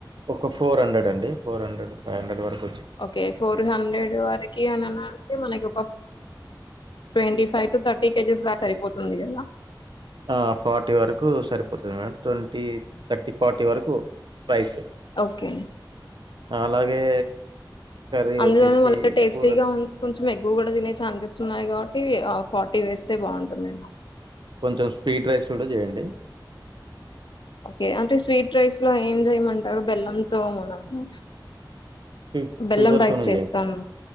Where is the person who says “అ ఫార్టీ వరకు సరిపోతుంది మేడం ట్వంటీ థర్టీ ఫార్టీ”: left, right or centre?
Right